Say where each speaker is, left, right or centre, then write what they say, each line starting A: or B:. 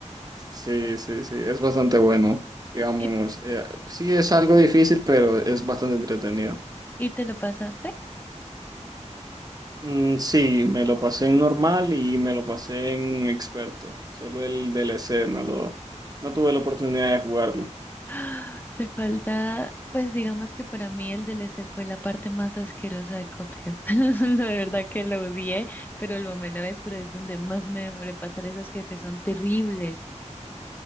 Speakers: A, on the right; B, on the left.
A: Sí, sí, sí, es bastante bueno. Digamos,
B: ¿Y,
A: eh, sí es algo difícil, pero es bastante entretenido.
B: y te lo pasaste?
A: Mm, sí, me lo pasé en normal y me lo pasé en experto. Solo el DLC, no lo, no tuve la oportunidad de jugarlo.
B: <gasps> Ah, Te falta, pues digamos que para mí el D L C fue la parte más asquerosa de Cuphead. <laughs> La verdad que lo odié, pero lo amé a la vez, pero es donde más me demoré pasar esos jefes, son terribles.